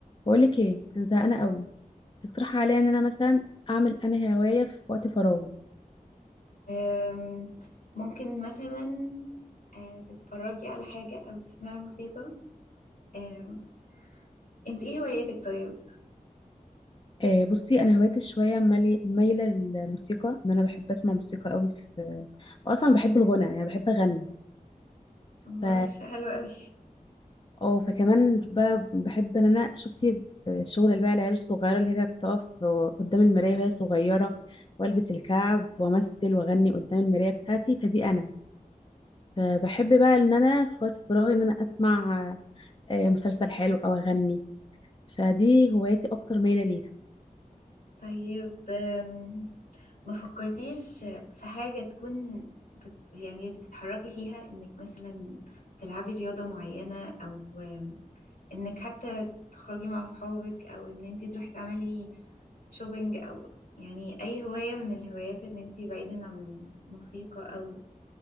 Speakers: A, on the left; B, on the left.
A: بقولك ايه انا زهقانه قوي تقترحي عليا ان انا مثلا اعمل انا هوايه في وقت فراغي
B: أم، ممكن مثلا أه، تتفرجي على حاجة أو تسمعي موسيقى أم، انت ايه هواياتك طيب؟
A: آه بصي انا هوايتي شويه مالي- مايله للموسيقى ان انا بحب اسمع موسيقى قوي في واصلا بحب الغنى يعني بحب اغني
B: الله
A: ف
B: ش- حلو قوي
A: اه فكمان ب- بحب ان انا شفتي آه، الشغل اللي بقى العيال الصغيره اللي هي بتقف قدام المرايه وهي صغيره والبس الكعب وامثل واغني قدام المرايه بتاعتي فدي انا فبحب بقى ان انا في وقت فراغي ان انا اسمع آه، مسلسل حلو او اغني فدي هوايتي اكتر مايله ليها
B: طيب أم، ما فكرتيش في حاجة تكون بت يعني بتتحركي فيها انك مثلا تلعبي رياضة معينة او أم، انك حتى تخرجي مع صحابك او ان انت تروحي تعملي شوبينج او يعني اي هواية من الهوايات ان انت بعيدا عن موسيقى او